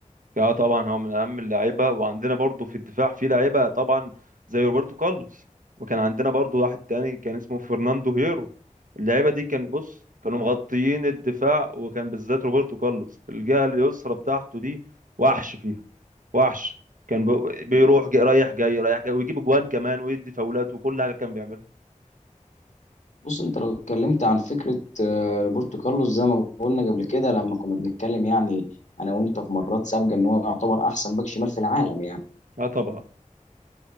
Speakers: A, on the right (about 80°); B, on the left (about 60°).
A: اه طبعا هو من اهم اللعيبه وعندنا برضو في الدفاع في لعيبه طبعا زي روبرتو كارلوس وكان عندنا برضو واحد تاني كان اسمه فرناندو هيرو اللعيبه دي كان بص كانوا مغطيين الدفاع وكان بالذات روبرتو كارلوس الجهه اليسرى بتاعته دي وحش فيها وحش كان بي- بيروح جاي رايح جاي رايح جاي ويجيب جوان كمان ويدي فاولات وكل حاجه كان بيعملها
B: بص انت لو اتكلمت عن فكره آه، روبرتو كارلوس زي ما قلنا قبل كده لما كنا بنتكلم يعني انا وانت في مرات سابقه ان هو يعتبر احسن باك شمال في العالم يعني
A: اه طبعا